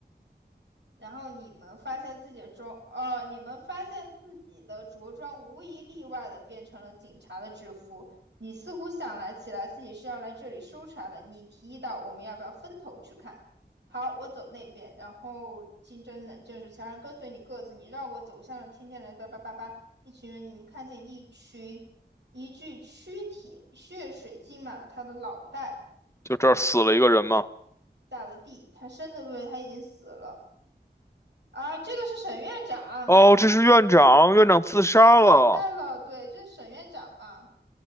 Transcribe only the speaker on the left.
就这儿死了一个人嘛。
哦，这是院长，院长自杀了。